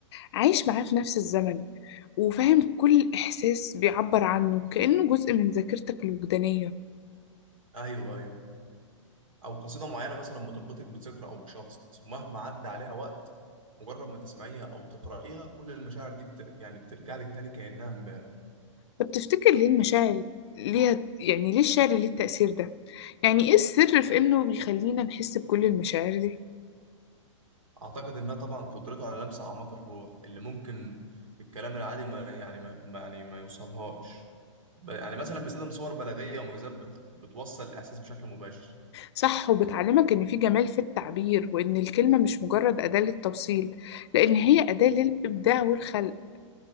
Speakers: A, on the left; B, on the right.
A: عايش معاه في نفس الزمن وفاهم كل إحساس بيعبر عنه كأنه جزء من ذاكرتك الوجدانية
B: أيوه أيوه أو قصيدة معينة مثلا بتربطك بذكرى أو بشخص مهما عدى عليها وقت مجرد ما تسمعيها أو تقرأيها كل المشاعر دي بتر يعني بترجع لك تاني كأنها امبارح
A: طب تفتكر ليه المشاعر ليها يعني ليه الشعر ليه التأثير ده؟ يعني إيه السر في إنه بيخلينا نحس بكل المشاعر دي؟
B: اعتقد انها طبعا قدرته على لمس اعماق الروح اللي ممكن الكلام العادي ما يعني ما ما- يعني ما يوصلهاش ب- يعني مثلا بيستخدم صور بلاغيه ومجازات بت- بتوصل الاحساس بشكل مباشر
A: صح وبتعلمك إن في جمال في التعبير وإن الكلمة مش مجرد أداة للتوصيل لأن هي أداة للإبداع والخلق